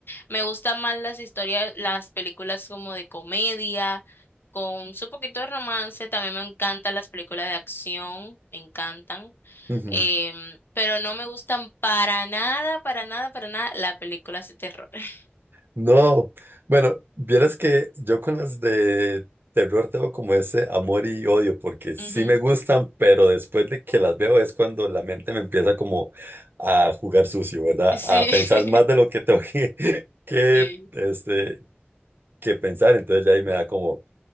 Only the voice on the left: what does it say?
Me gustan más las historias, las películas como de comedia, con su poquito de romance, también me encantan las películas de acción, me encantan,
Em, pero no me gustan para nada, para nada, para nada las películas de terror. <laughs>
Ujú.
Sí,
<laughs>
sí.